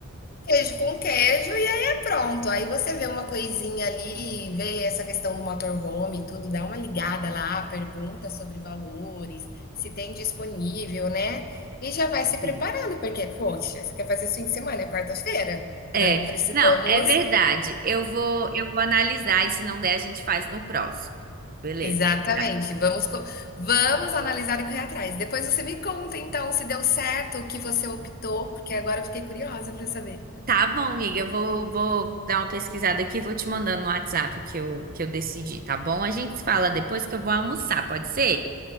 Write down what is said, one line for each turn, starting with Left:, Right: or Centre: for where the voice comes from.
Left: Queijo com queijo, e aí é pronto. Aí você vê uma coisinha ali, vê essa questão do motorhome, e tudo, dá uma ligada lá, pergunta sobre valores, se tem disponível, né? E já vai se
Right: Sim.
Left: preparando, porque, poxa, você quer fazer esse fim de semana, é quarta-feira.
Right: É,
Left: Então precisamos.
Right: não, é verdade. Eu vou, eu vou analisar e se não der, a gente faz no próximo. Beleza.
Left: Exatamente.
Right: Tá,
Left: Vamos, co- vamos analisar e correr atrás. Depois você me conta, então, se deu certo o que você optou, porque agora eu fiquei curiosa para saber.
Right: Tá bom, amiga. Eu vou, vou dar uma pesquisada aqui e vou te mandando no WhatsApp o que eu, que eu decidi, tá bom? A gente se fala depois que eu vou almoçar, pode ser?